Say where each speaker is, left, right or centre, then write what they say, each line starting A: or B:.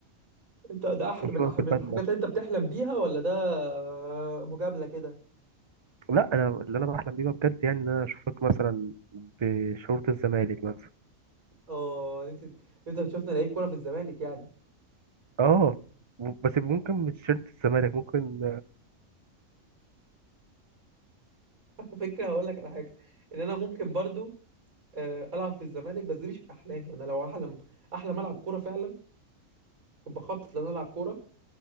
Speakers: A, on the right; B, on the right.
A: انت ده احلى
B: اشوفك
A: من احلى من
B: بالبدلة
A: الحاجات اللي انت بتحلم بيها ولا ده آه، مجامله كده
B: لا انا اللي انا بحلم بيه بقى بجد يعني ان انا اشوفك مثلا بشورت الزمالك مثلا
A: اه إن انت إن انت شفنا لعيب كوره في الزمالك يعني
B: اه بس ممكن مش شرط الزمالك ممكن
A: <laughs> على فكره هقول لك على حاجه ان انا ممكن برضو آه، العب في الزمالك بس دي مش من احلامي انا لو احلم احلم العب كوره فعلا وبخطط ان انا العب كوره